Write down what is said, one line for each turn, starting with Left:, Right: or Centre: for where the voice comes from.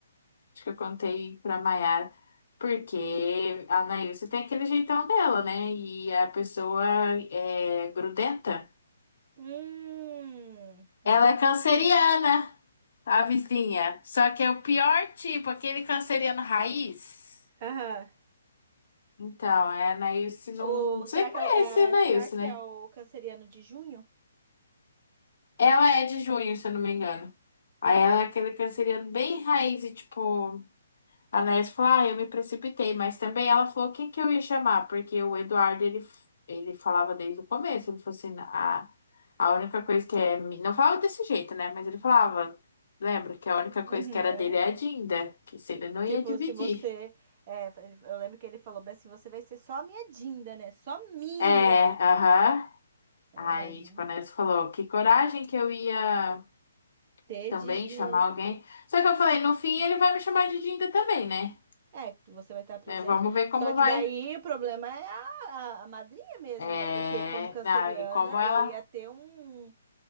Left: Acho que eu contei pra Maiara. Porque a Anaísa tem aquele jeitão dela, né? E a pessoa é grudenta.
Right: Hum, nossa.
Left: Ela é canceriana, a vizinha. Só que é o pior tipo, aquele canceriano raiz.
Right: Aham.
Left: Então, é a Anaílse não.
Right: Ou
Left: Você
Right: será que
Left: conhece
Right: é, o- é,
Left: a Anaílse,
Right: será que
Left: né?
Right: é o canceriano de junho?
Left: Ela é de junho, se eu não me engano. Aí ela é aquele canceriano bem raiz e tipo. A Anaílse falou, ah, eu me precipitei, mas também ela falou quem que eu ia chamar, porque o Eduardo, ele, ele falava desde o começo, ele falou assim, a, a única coisa que é. mi- Não falava desse jeito, né? Mas ele falava, lembra, que a única coisa
Right: Uhum.
Left: que era dele é a Dinda, que se ele não
Right: Tipo,
Left: ia dividir.
Right: se você. é, ele- eu lembro que ele falou bem assim: você vai ser só a minha Dinda, né? Só minha.
Left: É, aham.
Right: É,
Left: Aí,
Right: imagina.
Left: tipo, a Anaílse falou, que coragem que eu ia.
Right: Ter
Left: também
Right: de, de.
Left: chamar alguém. Só que eu falei, no fim ele vai me chamar de Dinda também, né?
Right: É, que você vai estar presente.
Left: Né, Vamos ver como
Right: Só que
Left: vai.
Right: daí o problema é a, a, a madrinha mesmo,
Left: É,
Right: né? Porque como canceriana,
Left: na- e como ela.
Right: eu ia ter um,